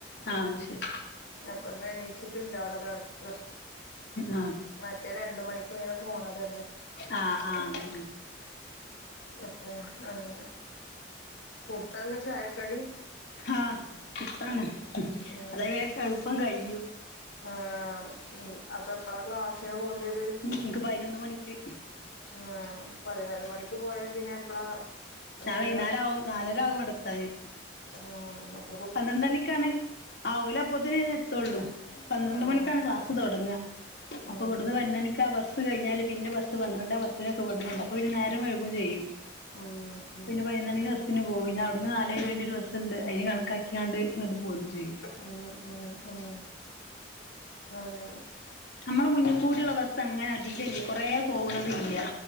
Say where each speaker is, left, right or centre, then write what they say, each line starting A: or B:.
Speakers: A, on the left; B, on the left.
A: ആഹ് ശരി
B: അപ്പൊന്നെ എണീച്ചിട്ടില്ല അവിടെ കിടക്ക
A: ആഹ്
B: മറ്റേ രണ്ട് മണിക്ക് ഇങ്ങനെ പോണതല്ലേ
A: ആഹ് ആഹ് അതെന്നെ
B: എപ്പഴും അങ്ങനെ പുട്ടാന്ന് ചായക്കടി
A: ആഹ് പുട്ടാണ്
B: ഉം
A: അതായാ എളുപ്പം കയ്യും
B: ആഹ് ഉം അപ്പൊ എപ്പഴാ ക്ലാസിന് പോകേണ്ടിയത്
A: ന്ക്ക് പതിനൊന്ന് മണിക്ക്
B: ഹേ പതിനൊന്ന് മണിക്ക് പോയാ പിന്നെ എപ്പളാ
A: ഞാൻ വൈകുന്നേരവും
B: വരാ
A: നാലര ആകും ഇവിടെത്താന്
B: ആഹ്
A: പന്ത്രണ്ടണിക്കാണ് ആഹ ഓല് അപ്പത്തിനേ എത്തോള്ളൂ പന്ത്രണ്ട്
B: ആഹ്
A: മണിക്കാണ് ക്ലാസ് തുടങ്ങ
B: ഉം
A: അപ്പൊ ഇവിടുന്ന് പതിനൊന്ന് മണിക്കാബസ്സ്‌ കിഞ്ഞാല് പിന്നെ ബസ് പന്ത്രണ്ട പത്തിനൊക്കെഇവിടുന്നൊള്ളു അപ്പോ പിന്നെ നേരം വെയ്കും ചെയ്യും
B: ഉം ഉം
A: പിന്നെ പതിനൊന്നണിന്റെ ബസ്സിന് പോകും പിന്നെ അവിടുന്ന് നാലെഇരുവെന്റെ ഒരു ബസ് ഉണ്ട് അതിന് കണ ക്കാക്കിയാണ്ട് ഇങ്ങോട്ട് പോരും ചെയ്യും
B: ഉം ഉം ഉം അങ്ങനെ
A: നമ്മളെ മുന്നിൽ കൂടെയുള്ള ബസ് അങ്ങനെ അധികല്ലേ കൊറെ പോകണതില്ല